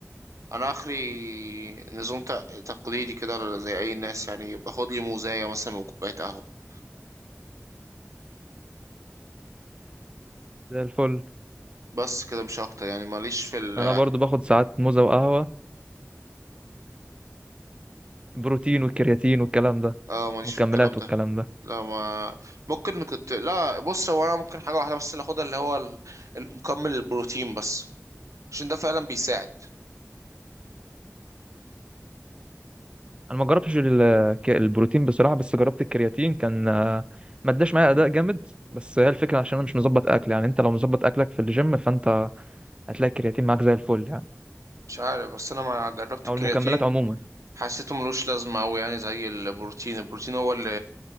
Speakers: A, on the right (about 75°); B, on the right (about 20°).
A: انا اخري نظام ت- تقليدي كده زي اي ناس يعني باخد لي موزايه مثلا وكوبايه قهوه
B: زي الفل
A: بس كده مش اكتر يعني ماليش في ال
B: انا برضو باخد ساعات موزة وقهوة بروتين والكرياتين والكلام ده
A: اه ماليش
B: مكملات
A: في الكلام ده
B: والكلام ده
A: لا ما ممكن كنت لا بص هو انا ممكن حاجه واحده بس اللي اخدها اللي هو ال- المكمل البروتين بس عشان ده فعلا بيساعد
B: انا ما جربتش ال- الك- البروتين بصراحة بس جربت الكرياتين كان آه، ما اداش معايا اداء جامد بس هي الفكرة عشان انا مش مظبط اكل يعني انت لو مظبط اكلك في الجيم فانت هتلاقي الكرياتين معاك زي الفل يعني
A: مش عارف بس انا ما جربت الكرياتين
B: او المكملات عموما
A: حسيته ملوش لازمه قوي يعني زي البروتين البروتين هو اللي